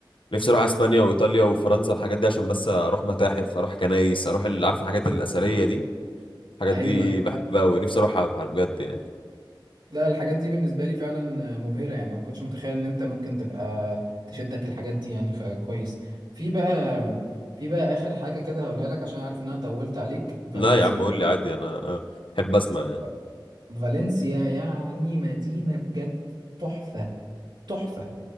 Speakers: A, on the left (about 85°); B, on the right (about 70°).
A: نفسي اروح اسبانيا وايطاليا وفرنسا الحاجات دي عشان بس اروح متاحف اروح كنايس اروح ال- عارف الحاجات الاثريه دي الحاجات
B: ايوه
A: دي
B: ايوه
A: بحبها ونفسي اروحها ف- بجد يعني
B: لا لا، الحاجات دي بالنسبه لي فعلا مبهره يعني ما كنتش متخيل ان انت ممكن تبقى تشدك الحاجات دي يعني فكويس في بقى في بقى اخر حاجه كده هقولها لك عشان عارف ان انا طولت عليك فالنسيا
A: لا يا عم قول لي عادي انا احب اسمع يعني
B: ف- فالنسيا يعني مدينه بجد تحفه تحفه